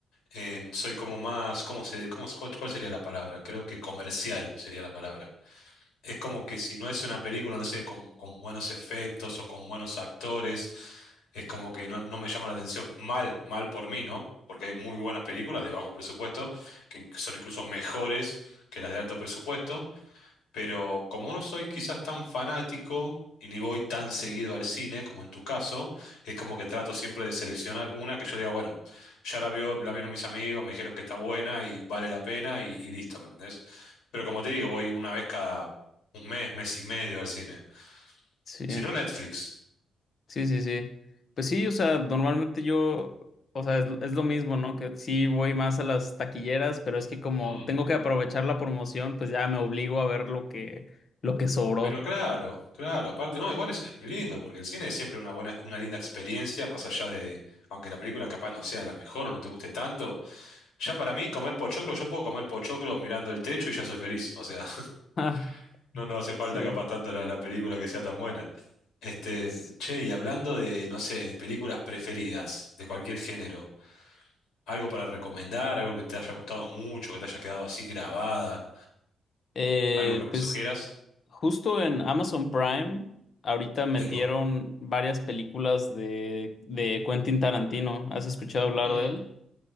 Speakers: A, on the left (about 85°); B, on the left (about 45°).
A: eh, soy como más, ¿cómo se, cómo, cuál, cuál sería la palabra? Creo que comercial sería la palabra. Es como que si no es una película, no sé, con, con buenos efectos o con buenos actores, es como que no, no me llama la atención. Mal, mal por mí, ¿no? Porque hay muy buenas películas de bajo presupuesto, que son incluso mejores que las de alto presupuesto pero como no soy quizás tan fanático y ni voy tan seguido al cine como en tu caso, es como que trato siempre de seleccionar una que yo diga, bueno, ya la vio, la vieron mis amigos, me dijeron que está buena y vale la pena y, y listo, ¿me entendés? Pero como te digo, voy una vez cada un mes, mes y medio al cine.
B: sí,
A: Si no, Netflix.
B: sí, sí, sí. Pues sí, o sea, normalmente yo, o sea, es, es lo mismo, ¿no? Que sí voy más a las taquilleras, pero es que como
A: Mm.
B: tengo que aprovechar la promoción, pues ya me obligo a ver lo que, lo que sobró.
A: Pero claro, claro, aparte, no, igual es, es muy lindo, porque el cine es siempre una buena, una linda experiencia, más allá de, aunque la película capaz no sea la mejor o no te guste tanto Ya para mí, comer pochoclo, yo puedo comer pochoclo mirando el techo y ya soy feliz. O sea, <laughs>
B: Ah,
A: no, no hace falta
B: sí.
A: capaz tanto la, la película que sea tan buena. Este,
B: S-
A: che, y hablando de, no sé, de películas preferidas, de cualquier género, algo para recomendar, algo que te haya gustado mucho, que te haya quedado así grabada,
B: eh,
A: algo que me
B: pues
A: sugieras,
B: justo en Amazon Prime, ahorita metieron
A: tengo.
B: varias películas de, de Quentin Tarantino. ¿Has escuchado hablar
A: Mm.
B: de él?